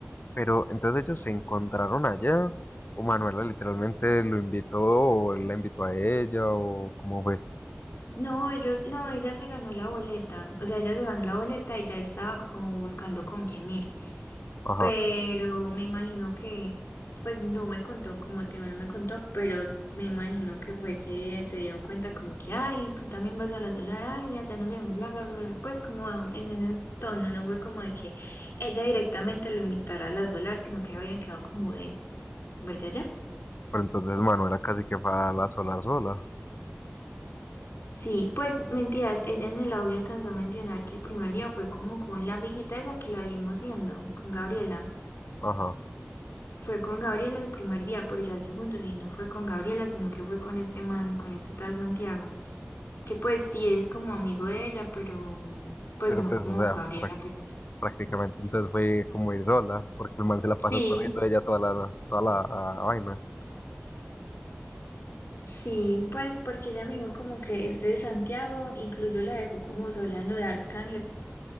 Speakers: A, on the left; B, on the left.
A: pero entonces ellos se encontraron allá, o Manuela literalmente lo invitó, o él la invitó a ella, o cómo fue,
B: no, ellos, no, ella se ganó la boleta, o sea, ella se ganó la boleta y ya estaba como buscando con quién ir.
A: ajá,
B: pero me imagino que, pues no me contó, como te digo, no me contó, pero me imagino que fue que se dieron cuenta como que, ay, tú también vas a la solar, ay, mira, ya nos vemos, bla, bla, bla, bla, pues como a un- en ese tono, no fue como de que ella directamente lo invitara a la solar, sino que habían quedado como de verse allá.
A: pero entonces Manuela casi que fue a la solar sola,
B: Sí, pues mentiras, ella en el audio alcanzó a mencionar que el primer día fue como con la amiguita esa que la vimos viendo, con Gabriela.
A: ajá.
B: Fue con Gabriela el primer día, pero ya el segundo sí, no fue con Gabriela, sino que fue con este man, con este tal Santiago, que pues sí es como amigo de ella, pero pues
A: Pero
B: no
A: pues,
B: como
A: o sea,
B: Gabriela, pues.
A: prácticamente. Entonces fue como ir sola, porque el man se la pasó
B: Sí,
A: corriendo de ella toda la, toda la ah, vaina.
B: sí, pues porque ella me dijo como que este de Santiago incluso la dejó como sola en lo de Arcángel,